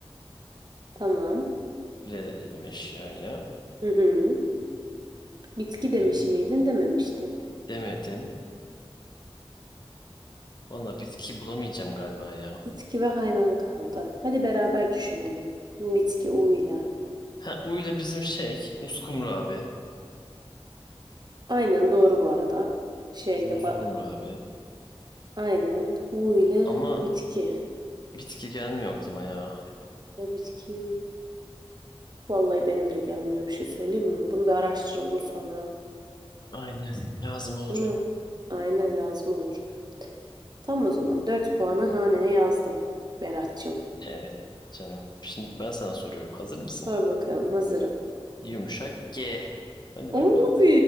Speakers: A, on the right; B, on the left.
A: Tamam.
B: Ukulele dedim eşyaya.
A: Hı hı. Bitki demiş
B: Ay,
A: miydin dememiştin.
B: demedim. Valla bitki bulamayacağım galiba ya.
A: Bitki ve hayvan kaldı. Hadi beraber düşünelim. Bitki U ile.
B: Ha uyla bizim şey. Uskumru abi.
A: Aynen doğru bu arada. Şeyde
B: Bizim
A: ba-
B: uskumru abi.
A: aynen U ile
B: Ama
A: bitki.
B: bitki gelmiyor aklıma ya.
A: Ya bitki vallahi benim de gelmiyor bir şey söyleyeyim mi? Bunu bir araştıralım sonra.
B: Aynen. Lazım olur.
A: Değil mi? Aynen lazım olur. Tam o zaman 4 puanı hanene yazdım Berat'cığım.
B: Evet canım. Şimdi ben sana soruyorum. Hazır mısın?
A: Sor bakalım hazırım.
B: Yumuşak G. Hadi
A: Abi
B: bakalım.